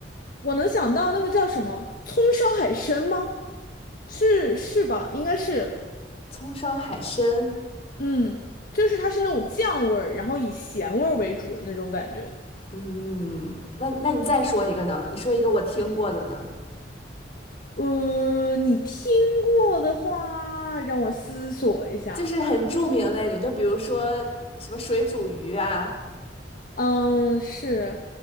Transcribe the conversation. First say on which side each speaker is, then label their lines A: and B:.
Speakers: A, on the left (about 55°); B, on the left (about 35°).
A: 我能想到那个叫什么葱烧海参吗？是是吧？应该是，
B: 葱烧海参，
A: 嗯，就是它是那种酱味儿，然后以咸味儿为主的那种感觉。
B: 嗯，那那你再说一个呢？你说一个我听过的呢，
A: 呃，你听过的话，让我思索一下。
B: 就是很著名的那种，就比如说什么水煮鱼啊，
A: 嗯，是，